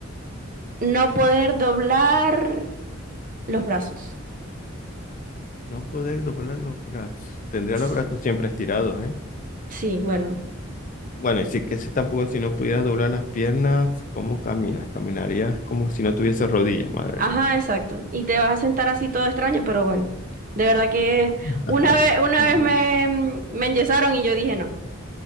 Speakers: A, on the right; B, on the left.
A: No poder doblar los brazos.
B: No poder doblar los brazos. Tendría
A: Sí,
B: los brazos siempre estirados, ¿eh?
A: sí, bueno.
B: Bueno, y sí que si tampoco si no pudieras doblar las piernas, ¿cómo caminas? Caminarías como si no tuviese rodillas, madre
A: Ajá,
B: mía.
A: exacto. Y te vas a sentar así todo extraño, pero bueno. De verdad que
B: <laughs>
A: una vez, una vez me, me enyesaron y yo dije no.